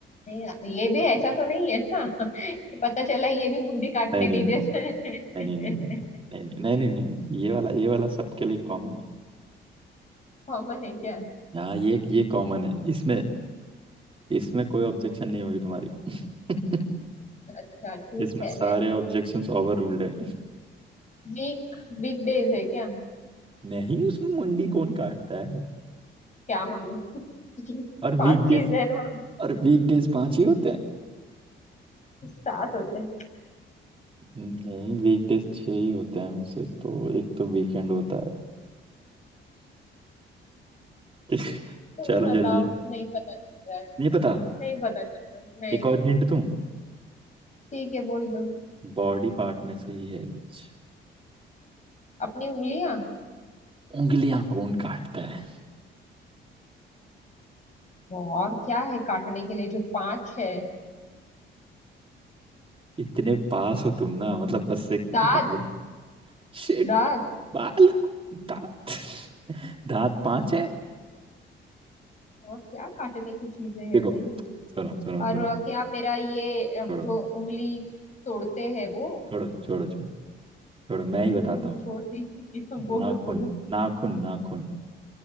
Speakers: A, on the left (about 35°); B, on the right (about 25°).
A: नहीं ये भी ऐसा तो नहीं है ना <laughs> कि पता चला ये भी मुंडी काटने
B: नहीं नहीं
A: नहीं देता है
B: नहीं नहीं नहीं
A: <laughs>
B: नहीं नहीं नहीं नहीं नहीं नहीं, ये वाला ये वाला सबके लिए कॉमन है
A: कॉमन है क्या
B: हाँ ये ये कॉमन है इसमें इसमें कोई ऑब्जेक्शन नहीं होगी तुम्हारी <laughs>
A: अच्छा ठीक
B: इसमें
A: है
B: सारे ऑब्जेक्शंस ओवर रूल्ड है
A: वीक वीक डेज है क्या
B: <laughs> नहीं उसमें मुंडी कौन काटता है
A: क्या मालूम <laughs>
B: और वीकडेज
A: पांच चीज है ना
B: और वीकडेज पांच ही होते हैं
A: सात होते हैं
B: नहीं वीकडेज छह ही होते हैं उसे तो एक तो वीकेंड होता है <laughs>
A: तुम्हें
B: चलो
A: बताओ
B: जल्दी
A: नहीं पता चल रहा है
B: नहीं पता
A: नहीं पता चल रहा है नहीं
B: एक और हिंट दूं
A: ठीक है बोल दो
B: बॉडी पार्ट में से ही है कुछ
A: अपनी उंगलियां
B: उंगलियां कौन काटता है
A: तो और क्या है काटने के लिए जो पांच है
B: इतने पास हो तुम ना मतलब बस एक
A: दांत
B: बाल शिट
A: दांत
B: बाल को- दांत दांत पांच है
A: और क्या काटने की चीजें है
B: देखो
A: भाई
B: सुनो सुनो
A: और
B: सुनो
A: क्या मेरा ये अ,
B: छोड़ो
A: जो उंगली तोड़ते हैं वो
B: छोड़ो छोड़ो छोड़ो छोड़ो मैं ही बताता
A: हम्म,
B: हूँ
A: छोड़ दी <laughs> बोलो
B: नाखून
A: बोलो
B: नाखून नाखून